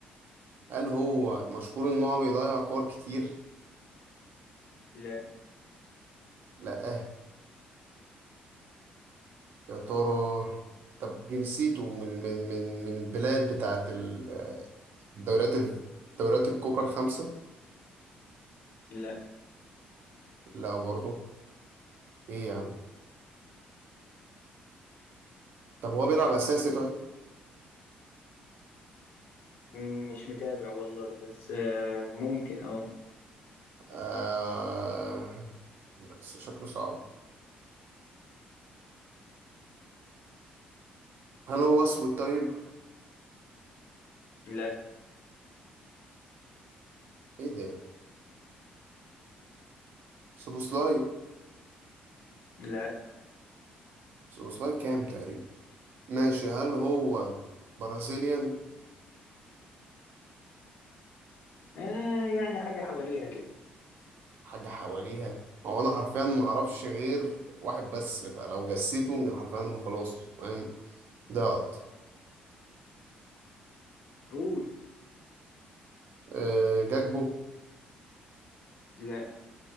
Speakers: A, on the right (about 65°); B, on the left (about 70°).
A: هل هو مشهور ان هو بيضيع كور كتير
B: لا
A: لا يا ترى طب جنسيته من من من من البلاد بتاعت ال- الدوريات الدوريات الكبرى الخمسة
B: لا
A: لا برضه ايه يا عم طب هو بيلعب اساسي طيب
B: مم، مش متابع والله بس آه ممكن اه
A: آه... بس شكله صعب هل هو اسود طيب
B: لا
A: ايه ده سوبوسلاي
B: لا
A: سوبوسلاي كام تقريبا ماشي هل هو برازيليان
B: آه يعني حاجة حواليها كده
A: حاجة حواليها هو انا حرفيا ما اعرفش غير واحد بس فلو جسيته من حرفيا خلاص فاهم ضعت
B: قول
A: آه... جاكبو
B: لا